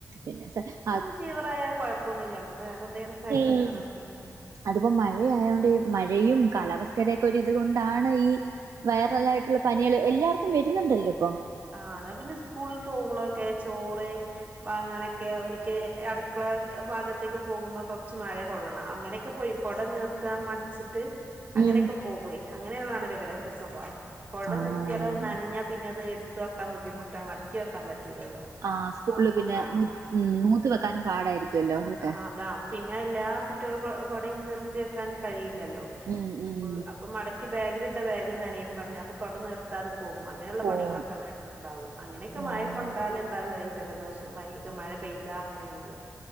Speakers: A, on the right (about 65°); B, on the right (about 30°).
A: പിന്നെ സ അ
B: ഫീവറായ കുഴപ്പൊന്നുല്ല നമക്ക് വേറെ എന്തെങ്കിലൊക്കെ ആയിപെട്ടാലാണ്
A: ഉം
B: പേടി
A: അതിപ്പോ മഴയായോണ്ട് ഈ മഴയും കാലാവസ്ഥേടേക്കൊരു
B: ആഹ്
A: ഇതുകൊണ്ടാണ് ഈ വൈറലായി ട്ടുളള പനിയൾ എല്ലാർക്കും വരുന്നുണ്ടല്ലോ ഇപ്പം.
B: ആഹ് അതാ പിന്നെ സ്കൂളിൽ പോകണോർക് ചോറ് വാങ്ങാനെക്കെ ഓലി ക്കേ അടക്കളക് ഭാഗത്തേക്ക് പോകുമ്പ കെ അടുക്കള ഭാഗത്തേക്ക് പോകുമ്പോൾ കൊറച്ച് മഴ കൊള്ളണം അങ്ങനെയൊക്കെ പയിക്കോടെ നിർത്താൻ മടുത് ച്ചിട്ട് അങ്ങനെക്കെ
A: ഉം
B: പോകേയ് അങ്ങനെയൊള്ളയാണല്ലോ ഇവരൊക്കെ സ്വഭാവം കൊട
A: ആഹ്
B: നിർത്തിയാലോ നനഞ്ഞാ പിന്നെ അത് എടു ത്ത് വെക്കാൻ ബുദ്ധിമുട്ടാ മടക്കിവെക്കാൻ പറ്റൂലല്ലോ
A: ആഹ് സ്കൂളില് പിന്നെ
B: അപ്പ ആഹ്
A: നൂ ഇം
B: ആഹ്
A: നൂത്ത് വെക്കാനും പാടായിരിക്കുവല്ലോ അവിടെക്കെ
B: ആഹ് അതാ പിന്നെ എല്ലാ കുട്ടികൾക്കും കൊടയും നിർത്തി വെയ്ക്കാൻ കഴിയില്ലല്ലോ
A: ഉം
B: അപ്പൊ
A: ഉം
B: അപ്പ മടക്കി ബാഗിലിട്ട ബാഗ് നെനയും പറഞ്ഞു അപ്പ കൊട നീർ ത്താതെ പോകും. അങ്ങനെയുള്ള
A: പോവും
B: പണികളൊക്കെ ഇവരെടത്തിണ്ടാവും. അങ്ങനേക്ക
A: ഓഹ്
B: മഴ കൊണ്ടാലെന്താല്ലെ ഈ ജലദോഷം, പനി മഴ പെയ്താ അങ്ങനേണല്ലോ?